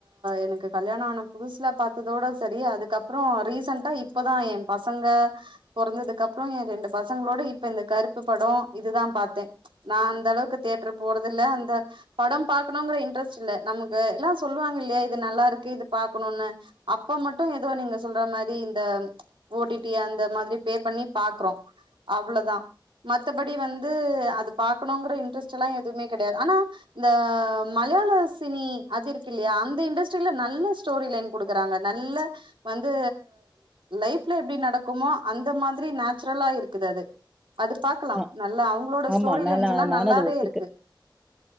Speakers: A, on the right; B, in the centre.
A: எனக்கு கல்யாணம் ஆன புதுசுல பாத்ததோட சரி அதுக்கப்பறோ ரீசண்ட்டா இப்பதா எ பசங்க பொறந்ததுக்கு அப்பறோ எ ரெண்டு பசங்களோட இப்ப இந்த கருப்பு படோ இதுதா பாத்தே நா அந்தளவுக்கு தேட்டர் போறதில்ல அந்த படம் பாக்கணுங்கிற இன்ட்ரெஸ்ட் இல்ல நமக்கு எல்லா சொல்லுவாங்க இல்லையா இது நல்லா இருக்கு இது பாக்கணுனு அப்ப மட்டு ஏதோ நீங்க சொல்ற மாரி இந்த ஓ டி டி அந்த மாரி பே பண்ணி பாக்குறோ அவ்ளோதா மத்தபடி வந்து அது பாக்கணுங்கற இட்ரஸ்ட்ல்லா எதுமே கெடையாது ஆனா இந்த மலையாள சினி அது இருக்கு இல்லையா அந்த இண்டஸ்ட்ரில நல்ல ஸ்டோரி லைன் குடுக்குறாங்க நல்ல வந்து லைஃப்ல எப்டி நடக்குமோ அந்த மாதிரி நேச்சுரலா இருக்குது அது அது பாக்கலா
B: ஆ
A: நல்லா அவங்களோட
B: ஆமா.
A: ஸ்டோரியில
B: நாலா
A: இருஞ்ல்லா
B: நானும்
A: நல்லாவே
B: அத ஒத்துக்க
A: இருக்கு